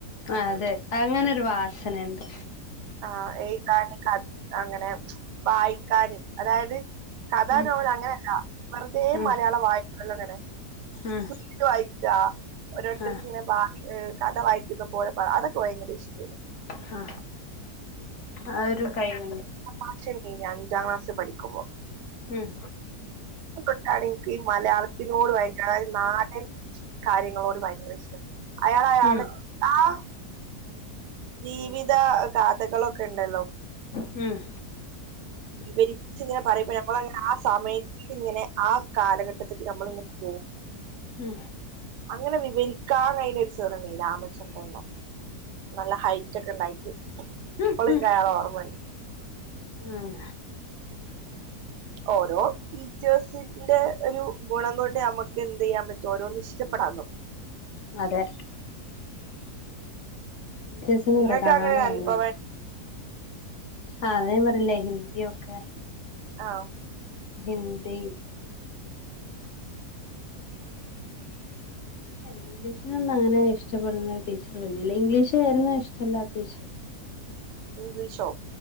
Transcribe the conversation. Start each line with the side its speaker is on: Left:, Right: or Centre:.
Left: ആഹ് അതെ അങ്ങനൊരു വാസന ണ്ട്
Right: ആഹ് എയ്താന് ക അങ്ങനെ വായിക്കാന് അതായത് കഥ
Left: ഉം
Right: നോവലങ്ങനല്ല വെറുതേ
Left: ഉം
Right: മലയാളം വായ്ക്കോലങ്ങനെ
Left: ഉം
Right: ബുക്ക്‌ വായിക്ക ഓരോരുത്തര്ക്ക്ങ്ങനെ
Left: ആ
Right: ബ കഥ വായിക്കുന്ന പോലെ പ അതൊക്കെ ഭയങ്കര ഇഷ്ടേന്
Left: ഹ അതൊരു കൈവന്നെ
Right: മാഷ്ണ്ടയ്ന് അഞ്ചാം ക്ലാസി പഠിക്ക്മ്പൊ
Left: ഉം
Right: ക്ക് തൊട്ടാണ് ഇൻക്കി മലയാളത്തിനോട് ഭയങ്കര അതായത് നാ ട്ടിലെ കാര്യങ്ങളോട് ഭയങ്കരഷ്ടം അയാളയാളെ
Left: ഉം
Right: ആഹ് ജീവിത കാഥകളൊക്കെണ്ടല്ലോ
Left: ഉം
Right: വിവരിച്ച്ങ്ങനെ പറയുമ്പ ഞമ്മളങ്ങനാ സമയ ത്തിങ്ങനെ ആ കാലഘട്ടത്ത്ക്ക് ഞമ്മള് ങ്ങനെ പോവും
Left: ഉം
Right: അങ്ങനെ വിവരിക്കാൻ കഴിഞ്ഞ ഒരു സർ ഉണ്ടായ്നി രാമചന്ദ്രൻ ന്നാ നല്ല ഹൈ റ്റൊക്കെ ഉണ്ടായിട്ട് പ്പളും
Left: ഉം ഉം
Right: എനിക്കയാളെ ഓർമ്മയണ്ട്
Left: ഉം
Right: ഓരോ ടീച്ചേഴ്സി ന്റെ ഒരു ഗുണം കൊണ്ട് നമുക്ക് എന്ത് ചെയ്യാൻ പറ്റും ഓരോന്ന് ഇഷ്ടപ്പെടാൻ തുടങ്ങും
Left: അതെ ടീച്ചേഴസിന്
Right: നിങ്ങൾക്ക്
Left: പ്രധാന
Right: അങ്ങനെ
Left: പങ്കല്ലെ
Right: അനുഭവം
Left: ആ അത് ഞാൻ പറഞ്ഞില്ലേ ഹിന്ദിയൊക്കെ
Right: ആഹ്
Left: ഹിന്ദി ഇംഗ്ലീഷിനൊന്നുംങ്ങനെ ഇഷ്ടപ്പെടുന്ന ഒരു ടീച്ചർ വരുന്നില്ല ഇംഗ്ലീഷ് ആയിരുന്നു ഇഷ്ടല്ലാത്ത വിഷയം
Right: ഇംഗ്ലീഷോ